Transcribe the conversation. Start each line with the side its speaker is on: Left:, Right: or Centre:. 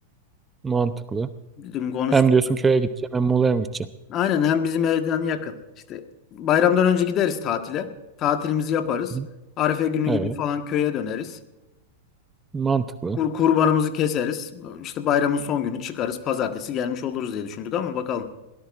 Right: mantıklı.
Left: Dedim konuştum.
Right: Hem diyorsun köye gideceğim hem Muğla'ya mı gideceğim?
Left: Aynen hem bizim evden yakın. İşte bayramdan önce gideriz tatile. Tatilimizi yaparız.
Right: Hı hı,
Left: Arife günü
Right: Evet,
Left: gibi falan köye döneriz.
Right: mantıklı.
Left: Kur kurbanımızı keseriz. İşte bayramın son günü çıkarız. Pazartesi gelmiş oluruz diye düşündük ama bakalım.